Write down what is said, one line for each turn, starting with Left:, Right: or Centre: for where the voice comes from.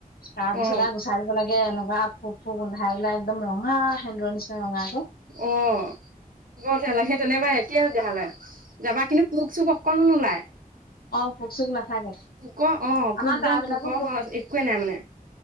Left: তাৰপিছত,
Right: অ
Left: চাই দিব লাগে। এনেকুৱা ফোক ফু গোন্ধাই পেলাই একদম ৰঙা সেন্দুৰ নিচিনা ৰঙা টো।
Right: অ' বৰ তেলাহি তেনেকুৱাই। <unintelligible> যাবা কিন্তু পোক চোক অকণো নোলায়।
Left: অ' পোক চোক নাথাকে।
Right: পোক অ'
Left: আমাৰ
Right: পোকদম
Left: তাৰ বিলাকো
Right: পোক সহজ একোৱেই নাই মানে।